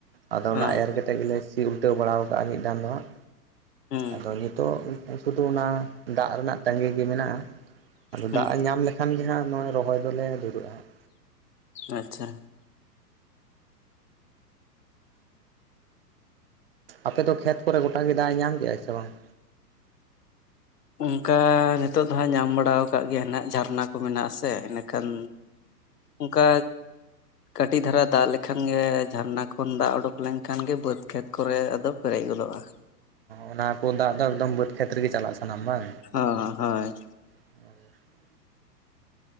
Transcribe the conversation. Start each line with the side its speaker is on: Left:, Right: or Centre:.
Right: ᱟᱫᱚ
Left: ᱦᱮᱸ
Right: ᱚᱱᱟ ᱮᱨ ᱠᱮᱛᱮᱜ ᱜᱮᱞᱮ ᱥᱤ ᱩᱞᱴᱟᱹᱣ ᱵᱟᱲᱟᱣ ᱟᱠᱟᱜᱼᱟ ᱢᱤᱜ ᱫᱟᱱ ᱦᱟᱸᱜ,
Left: ᱦᱩᱸ
Right: ᱟᱫᱚ ᱱᱤᱛᱳᱜ ᱥᱩᱫᱩ ᱚᱱᱟ ᱫᱟᱜ ᱨᱮᱱᱟᱜ ᱛᱟᱸᱜᱤ ᱜᱮ ᱢᱮᱱᱟᱜᱼᱟ, ᱟᱫᱚ
Left: ᱦᱩᱸ
Right: ᱫᱟᱜ ᱮ ᱧᱟᱢ ᱞᱮᱠᱷᱟᱱ ᱜᱮ ᱦᱟᱸᱜ ᱱᱚᱣᱟ ᱨᱚᱦᱚᱭ ᱫᱚᱞᱮ ᱫᱷᱨᱟᱹᱜᱼᱟ ᱦᱟᱸᱜ᱾
Left: ᱟᱸᱪᱷᱟ᱾
Right: ᱟᱯᱮ ᱫᱚ ᱠᱷᱮᱛ ᱠᱚᱨᱮ ᱜᱚᱴᱟ ᱜᱮ ᱫᱟᱜ ᱮ ᱧᱟᱢ ᱠᱮᱼᱟᱭ ᱥᱮ ᱵᱟᱝ?
Left: ᱩᱝᱠᱟ ᱱᱤᱛᱚᱜ ᱫᱚ ᱦᱟᱸᱜ ᱧᱟᱢ ᱵᱟᱲᱟᱣ ᱠᱟᱜ ᱜᱮᱭᱟ ᱱᱟᱜ ᱡᱷᱟᱨᱱᱟ ᱠᱚ ᱢᱮᱱᱟᱜ ᱟᱥᱮ ᱤᱱᱟ ᱠᱷᱟᱱ ᱩᱝᱠᱟ ᱠᱟᱹᱴᱤᱡ ᱫᱷᱟᱨᱟ ᱫᱟᱜ ᱞᱮᱠᱷᱟᱱ ᱜᱮ ᱡᱷᱟᱨᱱᱟ ᱠᱷᱚᱱ ᱫᱟᱜ ᱚᱰᱳᱠ ᱞᱮᱱᱠᱷᱟᱱ ᱜᱮ ᱵᱟᱹᱫᱽ ᱠᱷᱮᱛ ᱠᱚᱨᱮ ᱟᱫᱚ ᱯᱮᱨᱮᱡ ᱜᱚᱫᱚᱜᱼᱟ᱾
Right: ᱚᱸᱻ ᱚᱱᱟ ᱠᱳ ᱫᱟᱜ ᱫᱚ ᱮᱠᱫᱚᱢ ᱵᱟᱹᱫᱽ ᱠᱷᱮᱛ ᱨᱮᱜᱮ ᱪᱟᱞᱟᱜ ᱥᱟᱱᱟᱢ ᱵᱟᱝ?
Left: ᱦᱚᱸ ᱦᱳᱭ᱾
Right: <unintelligible>